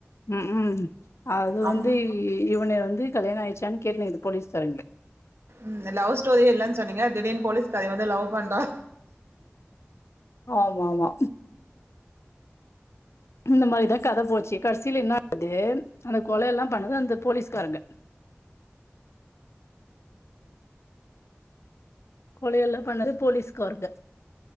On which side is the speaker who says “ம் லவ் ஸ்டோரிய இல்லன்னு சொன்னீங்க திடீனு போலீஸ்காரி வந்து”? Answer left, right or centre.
Right